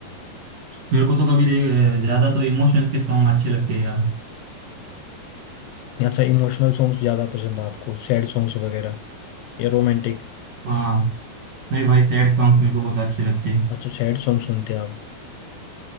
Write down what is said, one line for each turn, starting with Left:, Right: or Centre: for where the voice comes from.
Right: मेरे को तो कभी नहीं- ज्यादा तो इमोशंस के सॉन्ग अच्छे लगते हैं यार
Left: या अच्छा इमोशनल सॉन्ग्स ज़्यादा पसंद है आपको सैड सॉन्ग्स वगैरह या रोमांटिक
Right: हाँ नहीं भाई सैड सॉन्ग्स मेरे को बहुत अच्छे लगते हैं
Left: अच्छा सैड सॉन्ग सुनते हैं आप